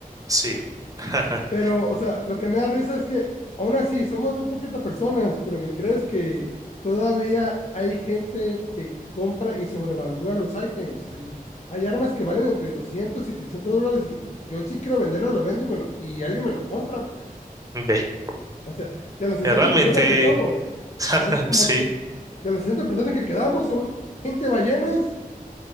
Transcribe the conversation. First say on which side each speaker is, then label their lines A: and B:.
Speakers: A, on the right; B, on the left.
A: sí. <laughs>
B: Pero, o sea, lo que me da risa es que aún así somos muy poquitas personas, pero me crees que todavía hay gente que compra y sobrevalúa los ítems. Hay, hay armas que valen entre doscientos y trescientos dólares y que yo sí quiero venderlo, lo vendo y, me lo, y alguien me lo compra, pues.
A: Ve,
B: O sea, de las 60
A: eh, realmente,
B: personas que somos,
A: <laughs>
B: son como,
A: sí,
B: de las 60 personas que quedamos, son 20 ballenas,